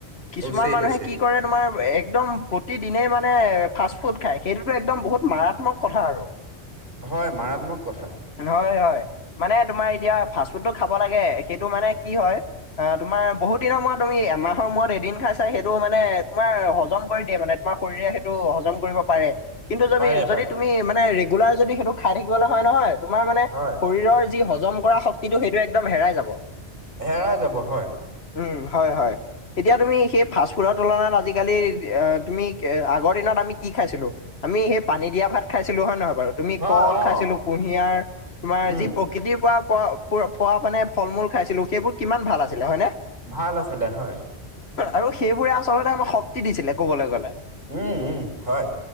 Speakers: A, on the left; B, on the right.
A: কিছুমান
B: উচিত
A: মানুহে
B: উচিত
A: কি কৰে। তোমাৰ একদম প্ৰতিদিনেই মানে ফাষ্ট ফুড খাই, সেইটোতো একদম বহুত মাৰাত্মক কথা আৰু। <inaudible>
B: হয়, মাৰাত্মক কথা।
A: হয়, হয়, মানে তোমাৰ এতিয়া ফাষ্টফুডটো খাব লাগে, সেইটো মানে কি হয়। অ', তোমাৰ বহুত দিনৰ মূৰত তুমি এমাহৰ মূৰত এদিন খাইছা, সেইটো মানে তোমাৰ হজম কৰি দিয়ে মানে। আমাৰ শৰীৰে সেইটো হজম কৰিব পাৰে। কিন্তু যদি
B: পাৰে
A: যদি
B: পাৰে
A: তুমি মানে ৰেগুলাৰ যদি সেইটো খাই থাকিবলৈ হয় নহয়। তোমাৰ মানে
B: হয়
A: শৰীৰৰ যি হজম কৰা শক্তিটো, সেইটো একদম হেৰাই যাব।
B: হেৰাই যাব হয়।
A: উম, হয়, হয়, এতিয়া তুমি সেই ফাষ্ট ফুডত তুলনাত আজিকালি অ', তুমি এ আগৰ দিনত আমি কি খাইছিলো। আমি সেই পানী দিয়া ভাত খাইছিলো, হয় নহয় বাৰু তুমি
B: হয়
A: কল
B: অ
A: খাইছিলো, কুঁহিয়াৰ তোমাৰ
B: উম
A: যি প্ৰকৃতিৰ পৰা পৰা পোৱা মানে ফল-মূল খাইছিলোঁ সেইবোৰ কিমান ভাল আছিলে হয় নে?
B: ভাল আছিলে হয়।
A: আৰু সেইবোৰে আচলতে আমাক শক্তি দিছিলে কবলৈ গ'লে।
B: উম উম হয়।